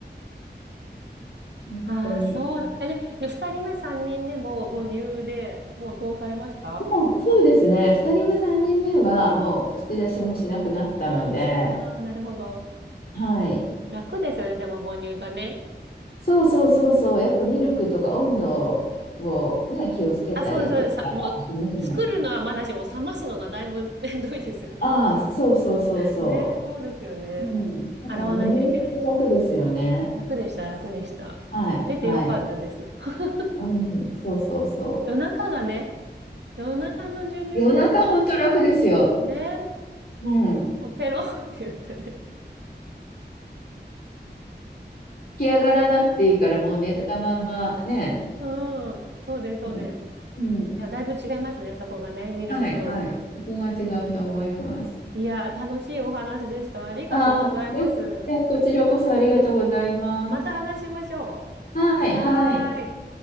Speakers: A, on the left; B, on the right.
A: 本当に。
B: ああ、そうだ。え、で、で、二人目、三人目も母乳でもう通されました
A: でもそうですね。2人目、3人目はもう口出しもしなくなったので、
B: ああー、なるほど。
A: はい。
B: 楽ですよね、でも母乳がね。
A: そうそうそうそう。やっぱミルクとか温度をね、気をつけたりとかしなきゃな。
B: あ、そうです、そうです。さ、もう、作るのはまだしも、冷ますのがだいぶ <laughs> 面倒いですよね。
A: ああ、そうそうそうそ
B: <laughs> ね、そうですよね。
A: う。うん。だから母乳って楽ですよね。
B: 洗わなきゃいけないし。楽でした、楽でした。
A: はい。
B: 出てよかったです。
A: はい。
B: <laughs>
A: うん。そうそうそ
B: 夜中がね、夜中の授乳がも
A: う。夜中ほんと楽ですよ。
B: う、ね、
A: うん。
B: もうペロンって言ってね。
A: 起き上がらなくていいから、もう寝たままね。
B: うん、そうです、そうです。
A: うん。
B: い
A: うん。
B: や、だいぶ違いますね、そこがね、ミルクと。
A: はい、はい。そこが違うと思います。
B: いや、楽しいお話でした。ありがとうございます。
A: ああ、で、でこちらこそありがとうございます。
B: また話しましょ
A: はい、
B: う。はーい。
A: はい。